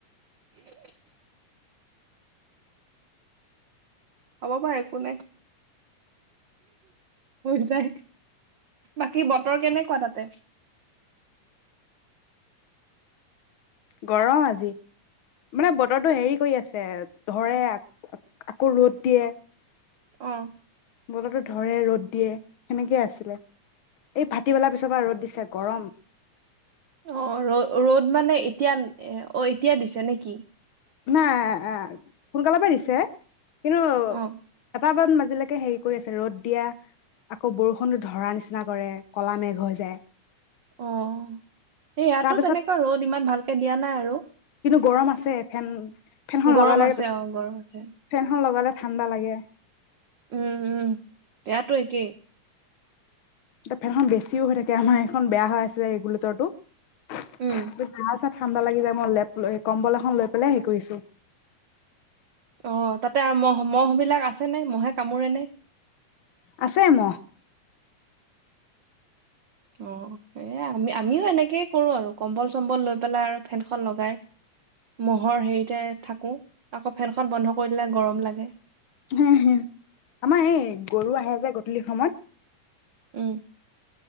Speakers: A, on the right; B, on the left.
A: <inaudible> হ'ব পাৰে একো নাই, হৈ যায়। বাকী বতৰ কেনেকুৱা তাতে?
B: গৰম আজি মানে, বতৰটো হেৰি কৰি আছে ধৰে আকৌ ৰ'দ দিয়ে।
A: অহ।
B: বতৰটো ধৰে ৰ'দ দিয়ে সেনেকেই আছিলে এই ভাটিবেলাৰ পিছৰ পৰা ৰ'দ দিছে গৰম।
A: অ ৰ ৰ'দ মানে এতিয়া, অ এতিয়া দিছে নে কি?
B: নাই অ সোনকালৰ পৰা দিছে।। কিন্তু
A: অ
B: এটা মান।। এতিয়া লৈকে হেৰি কৰি আছে। ৰ'দ দিয়া আকৌ বৰষুণতো ধৰা নিচিনা কৰে কলা মেঘ হৈ যায়।
A: অ সেই ইয়াতো
B: তাৰ পিছত
A: তেনেকা ৰ'দ ইমান ভালকে দিয়া নাই আৰু।।
B: ন্তু গৰম আছে। ফেন ফেনখন
A: গৰম
B: লগালে,
A: আছে অ গৰম আছে
B: ফেনখন লগালে ঠাণ্ডা লাগে
A: উম উম, ইয়াতো একেই।
B: ফেনখন বেছিও হৈ থাকে আমাৰ এইখন বেয়া হৈ আছে ৰেগুলেটৰটো
A: উম
B: বাহ ঠাণ্ডা লাগি যায় মই লেপ কম্বল এখন লৈ পেলাই হে কৰিছো
A: অ তাতে আৰু মহ মহ বিলাক আছে ফালে মহে কামোৰে নে?
B: আছে মহ
A: অ হেই আম আমিও এনেকেই কৰো আৰু কম্বল চম্বল লৈ পেলাই আৰু ফেনখন লগাই ম'হৰ হেৰিতে থাকো আকৌ ফেনখন বন্ধ কৰি দিলে গৰম লাগে
B: হ হ আমাৰ এই গৰু আহে যে গধূলি সময়ত
A: উম